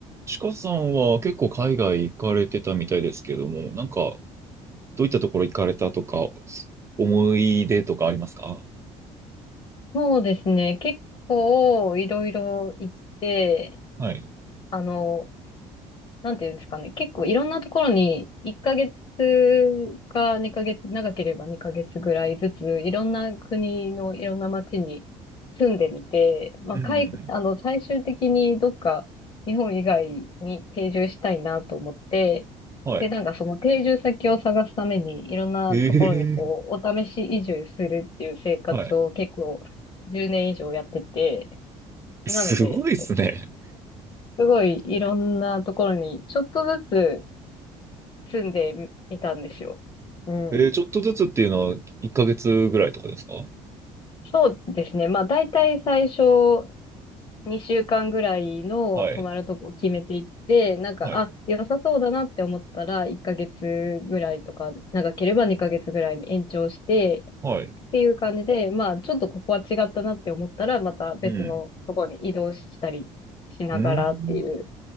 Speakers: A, on the right; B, on the left.
A: ちかさんは結構海外行かれてたみたいですけども、なんかどういったところ行かれたとか、思い出とかありますか
B: そうですね。結構いろいろ行って、
A: はい。
B: あの、なんていうんですかね。結構いろんなところに1ヶ月か2ヶ月、長ければ2ヶ月ぐらいずつ、いろんな国のいろんな街に住んでみて、まあ、
A: うんうん
B: 海あの、最終的にどっか日本以外に定住したいなと思って、
A: うんはい。
B: で、なんかその定住先を探すためにいろんなところにこう、
A: ええ
B: お試し移住するっていう生活を結構10年以上やってて、
A: はい。
B: なので、
A: すごいですね。
B: すごいいろんなところにちょっとずつ住んでみたんですよ。うん。
A: えー、ちょっとずつっていうのは1ヶ月ぐらいとかですか
B: そうですね。まあ大体最初2週間ぐらいの泊まるとこを決めていって、
A: はい。
B: なんか、
A: はい。
B: あ、良さそうだなって思ったら1ヶ月ぐらいとか、長ければ2ヶ月ぐらいに延長して
A: はい。
B: っていう感じで、まあちょっとここは違ったなって思ったらまた別のとこに移動したりしながらっていう
A: うん。うん。